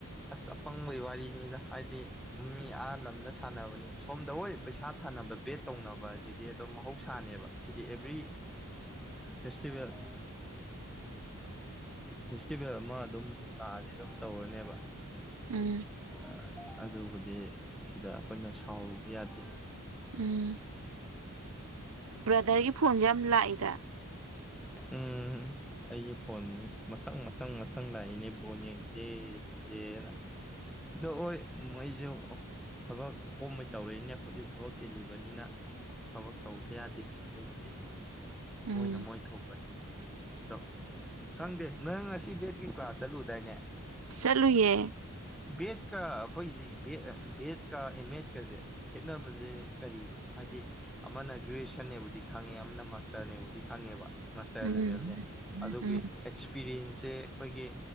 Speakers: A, in the centre; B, on the right (about 70°).
A: ꯑꯁ ꯑꯄꯪꯕꯒꯤ ꯋꯥꯔꯤꯅꯤꯗ ꯍꯥꯏꯗꯤ ꯃꯤ ꯑꯥ ꯂꯝꯗ ꯁꯥꯟꯅꯕꯅꯤ ꯁꯣꯝꯗ ꯍꯣꯏ ꯄꯩꯁꯥ ꯊꯥꯅꯕ ꯕꯦꯠ ꯇꯧꯅꯕꯁꯤꯗꯤ ꯑꯗꯨꯝ ꯃꯍꯧꯁꯥꯅꯦꯕ ꯁꯤꯗꯤ ꯑꯦꯕ꯭ꯔꯤ ꯐꯦꯁꯇꯤꯚꯦꯜ <unintelligible> ꯐꯦꯁꯇꯤꯚꯦꯜ ꯑꯃ ꯑꯗꯨꯝ ꯂꯥꯛꯑꯗꯤ ꯑꯗꯨꯝ ꯇꯧꯔꯅꯦꯕ
B: ꯎꯝ
A: ꯑ ꯑꯗꯨꯕꯨꯗꯤ ꯁꯤꯗ ꯑꯈꯣꯏꯅ ꯁꯥꯎꯔꯨꯕ ꯌꯥꯗꯦ
B: ꯎꯝ ꯕ꯭ꯔꯗꯔꯒꯤ ꯐꯣꯟꯁꯦ ꯌꯥꯝ ꯂꯥꯛꯏꯗ
A: ꯎꯝ ꯑꯩꯒꯤ ꯐꯣꯟꯁꯦ ꯃꯊꯪ ꯃꯊꯪ ꯃꯊꯪ ꯂꯥꯛꯏꯅꯦ ꯕꯣꯟ ꯌꯦꯡ ꯖꯦ ꯌꯦꯡꯖꯦꯅ ꯑꯗꯣ ꯍꯣꯏ ꯃꯣꯏꯁꯨ ꯊꯕꯛ ꯀꯣꯝꯕꯩ ꯇꯧꯔꯛꯏꯅꯦ ꯑꯩꯈꯣꯏꯗꯤ ꯊꯕꯛ ꯆꯦꯜꯂꯤꯕꯅꯤꯅ ꯊꯕꯛ ꯇꯧꯗ ꯌꯥꯗꯦ ꯑꯗꯨꯕꯨꯗꯤ
B: ꯎꯝ
A: ꯃꯣꯏꯅ ꯃꯣꯏ ꯊꯣꯛꯄꯅꯤ ꯑꯗꯣ ꯈꯪꯗꯦ ꯅꯣꯏ ꯉꯁ ꯁꯤ ꯕꯤ ꯑꯦꯠꯀꯤ ꯀ꯭ꯂꯥꯁ ꯆꯠꯂꯨꯗꯥꯏꯅꯦ
B: ꯆꯠꯂꯨꯏꯌꯦ
A: ꯕꯦꯠꯀ ꯑꯈꯣꯏꯒꯤꯗꯤ ꯕꯦꯠ ꯕꯦꯠꯀ ꯑꯦꯝ ꯃꯦꯗ ꯀꯁꯦ ꯈꯦꯠꯅꯕꯁꯦ ꯀꯔꯤꯅꯣ ꯍꯥꯏꯗꯤ ꯑꯃꯅ ꯒ꯭ꯔꯦꯖꯨꯋꯦꯁꯟꯅꯦꯕꯨꯗꯤ ꯈꯪꯉꯦ ꯑꯃꯅ ꯃꯥꯁꯇꯔꯅꯦꯕꯨꯗꯤ ꯈꯪꯉꯦꯕ ꯃꯥꯁꯇꯔ
B: ꯎꯝ
A: ꯂꯦꯕꯦꯜꯅꯦ ꯑꯗꯨꯒꯤ
B: ꯎꯝ
A: ꯑꯦꯛꯁꯄꯤꯔꯤꯌꯦꯟꯁꯁꯤ ꯑꯩꯈꯣꯏꯒꯤ